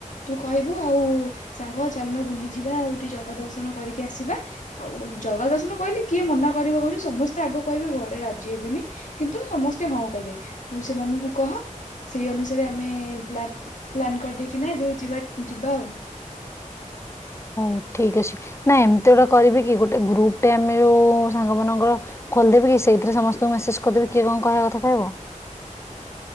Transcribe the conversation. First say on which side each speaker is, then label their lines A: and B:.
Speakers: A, on the left; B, on the left.
A: ତୁ କହିବୁ ଆଉ ସାଙ୍ଗ ଚାଲଣ ବୁଲିଯିବା ଆଉ ଟିକେ ଜଗା ଦର୍ଶନ କରିକି ଆସିବା ଆଉ ଜଗା ଦର୍ଶନ କହିଲେ କିଏ ମନା କରିବ କହିଲୁ ସମସ୍ତେ ଆଗ କହିବେ ଘରେ ରାଜି ହେବେନି। କିନ୍ତୁ ସମସ୍ତେ ହଁ କହିବେ ତୁ ସେମାନଙ୍କୁ କହ ସେଇ ଅନୁସାରେ ଆମେ ପ୍ଲାନ କରିଦେଇକିନା ଯୋଉ ଯିବା ଯିବା ଆଉ।
B: ହଉ ଠିକ ଅଛି ନା ଏମତି ଗୋଟେ କରିବି କି ଗୋଟେ ଗ୍ରୁପ ଟେ ଆମେ ଯୋଉ ସାଙ୍ଗ ମାନଙ୍କର ଖୋଲିଦେବ କି ସେଇଥିରେ ସମସ୍ତଙ୍କୁ ମେସେଜ କରିଦେବି କିଏ କଣ କହିବା କଥା କହିବ।